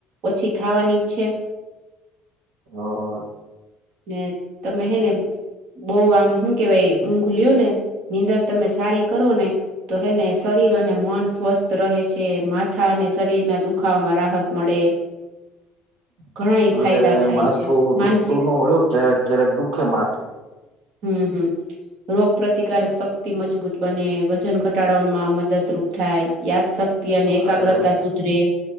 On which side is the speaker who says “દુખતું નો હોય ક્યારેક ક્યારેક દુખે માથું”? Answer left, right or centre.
Right